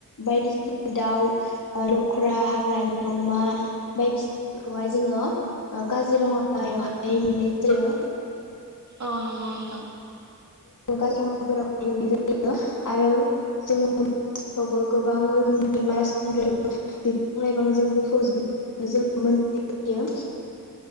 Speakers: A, on the left; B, on the right.
A: बायदिसिना दाउ लख्रा हाग्रानि अमा बायदिसिनाफोरखौहाय जोङो काजिरङायावहाय नुनाय जायो
B: औ नंगौ नोंथां
A: काजिरङाफोराव नुनाय जायो आरो जोङो आफ्रावबो गोबां रोखोमनि मानासब्ला <unintelligible> बिफां लाइफांजों बुंफावजोबनाय जों मोनथियो